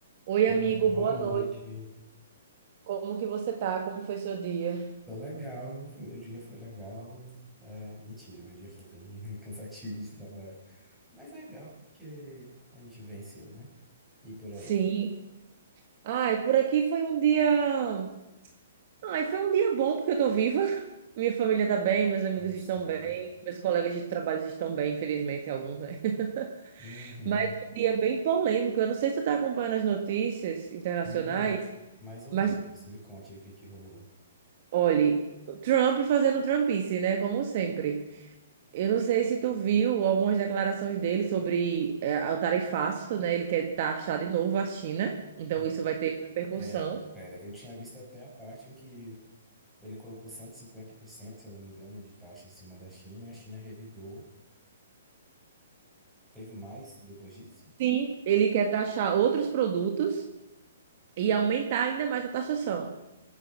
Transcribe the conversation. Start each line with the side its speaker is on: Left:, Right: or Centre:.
Right: Oi,
Centre: Olá,
Right: amigo,
Centre: boa
Right: boa
Centre: noite.
Right: noite. Como que você tá? Como foi seu dia?
Centre: Tô legal, meu dia foi legal. É, mentira, meu dia foi bem <laughs> cansativo de trabalho. Mas legal porque a gente venceu, né? E por
Right: Sim.
Centre: aí.
Right: Ai, por aqui foi um dia. Ai, foi um dia bom porque eu tô viva. <laughs> Minha família tá bem, meus amigos
Centre: É sobre.
Right: estão bem, meus colegas de trabalho estão bem, infelizmente, alguns, né?
Centre: Uhum.
Right: <laughs> Mas um dia bem polêmico. Eu não sei se tu tá acompanhando as notícias internacionais,
Centre: Menina, mais ou
Right: mas
Centre: menos. Me conte aí o que que rolou.
Right: olhe, Trump fazendo Trumpice, né? Como sempre. Eu não sei se tu viu algumas declarações dele sobre é, o tarifaço, né? Ele quer taxar de novo a China, então
Centre: N-
Right: isso vai ter repercussão.
Centre: Pera, pera. Eu tinha visto até a parte em que ele colocou 150%, se eu não me engano, de taxa em cima da China e a China revidou. Teve mais depois disso?
Right: Sim, Ele quer taxar outros produtos e aumentar ainda mais a taxação.